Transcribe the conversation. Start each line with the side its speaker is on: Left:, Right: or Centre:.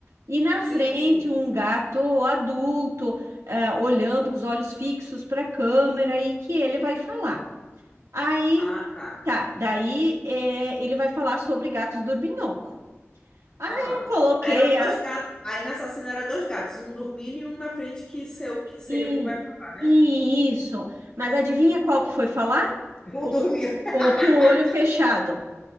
Right: E na
Left: Sim,
Right: frente
Left: sim.
Right: um gato adulto, eh, olhando com os olhos fixos para a câmera e que ele vai falar. Aí
Left: Ah, tá.
Right: Tá, daí é, ele vai falar sobre gatos dorminhoco. Aí
Left: Aham.
Right: eu coloquei
Left: Aí eram dois
Right: a,
Left: gatos. Aí nessa cena eram dois gatos, um dormindo e um na frente, que, seu, que seria
Right: e,
Left: o que vai falar, né?
Right: e isso, mas adivinha qual que foi falar?
Left: Eu
Right: O,
Left: dormindo. <laughs>
Right: o com o olho fechado.